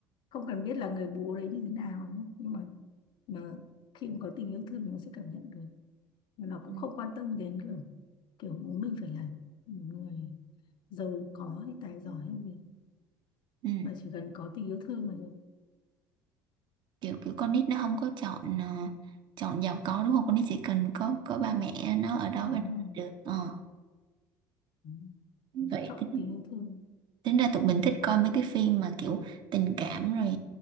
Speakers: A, on the left (about 45°); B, on the right (about 45°).
A: không cần biết là người bố đấy như thế nào nhưng mà, mà khi mà có tình yêu thương nó sẽ cảm nhận được Và nó cũng
B: ừ.
A: không quan tâm đến kiểu kiểu bố mình phải là một người giàu có hay tài giỏi hay gì
B: ừ.
A: mà chỉ cần có tình yêu thương là được
B: kiểu kiểu con nít nó không có chọn ờ, chọn giàu có đúng không con nít chỉ cần có có ba mẹ nó ở đó
A: đúng
B: với nó
A: không
B: là được ờ
A: đúng.
B: vậy
A: chọn
B: tính,
A: tình yêu thương
B: tính ra tụi mình thích coi mấy cái phim mà kiểu tình cảm rồi